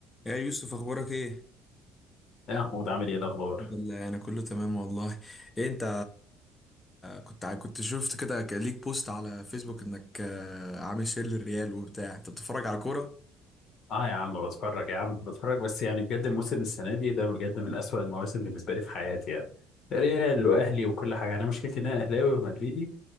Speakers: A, on the left; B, on the left.
A: يا يوسف اخبارك ايه
B: يا محمود عامل ايه الاخبار
A: الحمد لله انا كله تمام والله إيه انت كنت ع- كنت شفت كده ك- ليك بوست على فيسبوك انك آه، عامل شير للريال وبتاع انت بتتفرج على كوره
B: اه يا عم بتفرج يا عم بتفرج بس يعني بجد موسم السنه دي ده بجد من اسوأ المواسم بالنسبه لي في حياتي يعني ريال واهلي وكل حاجه انا مشكلتي ان انا اهلاوي ومدريدي